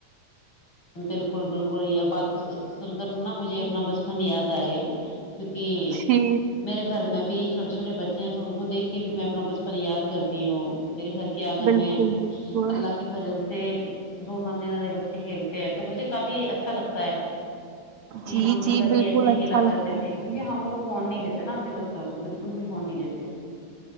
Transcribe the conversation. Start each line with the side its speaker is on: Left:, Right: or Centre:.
Left: بالکل بالکل یہ بات کو سن کر نا مجھے اپنا بچپن یاد آ گیا کیونکہ
Right: جی
Left: میرے گھر میں بھی چھوٹے چھوٹے بچے تو ان کو دیکھ کے بھی میں اپنا بچپن یاد کرتی ہوں میرے گھر کے آنگن
Right: بالکل
Left: میں
Right: بالکل
Left: اللہ کے فضل سے دو نانے نانے بچے کھیل تو مجھے کافی اچھا لگتا ہے کہ
Right: جی
Left: ہم بھی
Right: جی
Left: کبھی
Right: بالکل
Left: ایسے ہی
Right: اچھا
Left: کھیلا
Right: لگتا
Left: کرتے تھے
Right: ہے
Left: کیونکہ
Right: جی۔
Left: ہم لوگ فون نہیں دیتے نا اپنے بچوں کو بالکل بھی فون نہیں دیتے